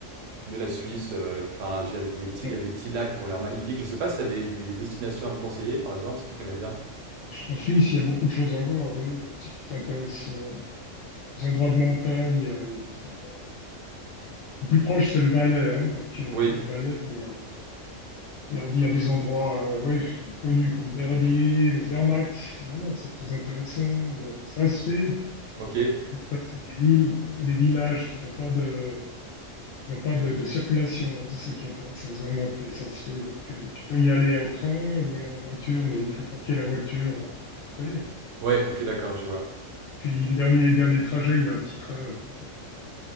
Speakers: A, on the right; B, on the left.
A: Mieux la Suisse, heu, enfin, il y a des petits
B: Alors,
A: il y a des petits lacs qui ont l'air magnifiques. Je sais pas si tu as des des des destinations à me conseiller, par exemple, si tu connais bien?
B: en Suisse, il y a beaucoup de choses à voir. ouais. Si tu t'intéresses euh, aux endroits de montagne, il y a, il y a des endroits. Le plus proche, c'est le Valais. hein. Donc, euh,
A: Oui,
B: Valais, il y a, il y a, il y a des endroits euh, ouais, connus comme Verbier, mais Zermatt. Zermatt, c'est très intéressant. Il y a Sasfee.
A: OK.
B: Ça, c'est des villes euh, ou des villages qui n'ont pas de, qui n'ont pas de, de circulation. hein. C'est ça qui est intéressant. Zermatt, et ça se fait. Donc, euh, tu peux y aller en train ou alors en voiture, mais il faut parquer la voiture à, à l'entrée.
A: Ouais, OK, d'accord, je vois.
B: Puis le dernier, dernier trajet, il y a un petit train, effectivement.